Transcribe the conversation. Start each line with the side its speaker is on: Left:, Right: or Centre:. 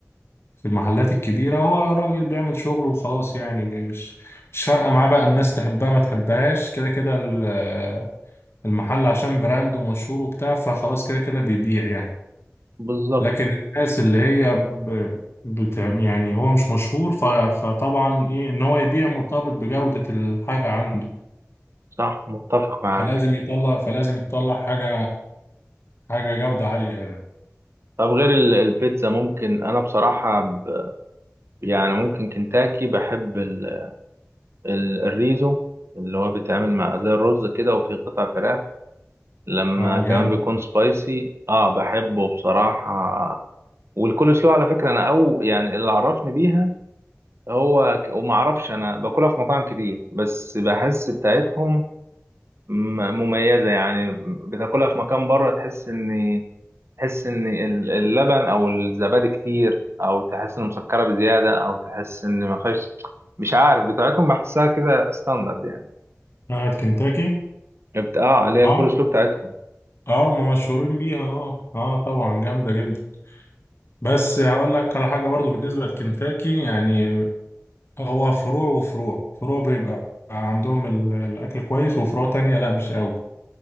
Left: في المحلات الكبيرة هو راجل بيعمل شغله وخلاص يعني م- مش مش فارقة معاه بقى الناس تحبها ما تحبهاش كده كده ال- المحل عشان براند ومشهور وبتاع فخلاص كده كده بيبيع يعني
Right: بالظبط
Left: لكن الناس اللي هي ب... بت... يعني هو مش مشهور ف... فطبعا ايه ان هو يبيع مرتبط بجودة الحاجة عنده
Right: صح متفق معاك
Left: فلازم يطلع فلازم يطلع حاجة حاجة جودة عالية يعني
Right: طب غير ال- البيتزا ممكن أنا بصراحة ب... يعني ممكن كنتاكي بحب ال... ال- الريزو اللي هو بيتعمل مع زي الرز كده وفي قطع فراخ لما
Left: اه
Right: كمان
Left: جامد
Right: بيكون سبايسي اه بحبه بصراحة والكول سلو على فكرة انا او يعني اللي عرفني بيها هو ك- وما اعرفش انا باكلها في مطاعم كتير بس بحس بتاعتهم م- مميزة يعني بتاكلها في مكان بره تحس ان تحس ان ال- اللبن او الزبادي كتير او تحس ان مسكرة بزيادة او تحس ان ما فيهاش مش عارف بتاعتهم بحسها كده ستاندرد يعني
Left: بتاعت كنتاكي
Right: بت- اه اللي هي
Left: اه
Right: الكول سلو بتاعتهم
Left: اه هم مشهورين بيها اه اه طبعا جامدة جدا بس هقول لك على حاجة برضو بالنسبة لكنتاكي يعني هو فروع وفروع فروع بيبقى عندهم ال- الأكل كويس وفروع تانية لا مش قوي